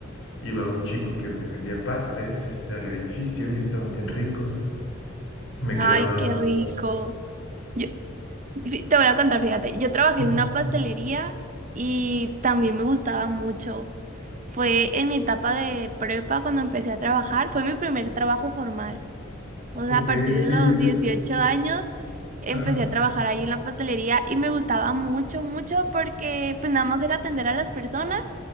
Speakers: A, on the left (about 65°); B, on the right (about 35°).
A: Iba un chico que vendía pastes, este, al edificio y estaban bien ricos. Me
B: Ay,
A: quedaba,
B: qué rico. Yo, fí- te voy a contar, fíjate, yo trabajé
A: Ujú.
B: en una pastelería y también me gustaba mucho. Fue en mi etapa de prepa cuando empecé a trabajar, fue mi primer trabajo formal. O sea,
A: ok,
B: a partir
A: sí,
B: de los 18
A: yo,
B: años empecé
A: ajá,
B: a trabajar ahí en la pastelería y me gustaba mucho, mucho porque pues nada más era atender a las personas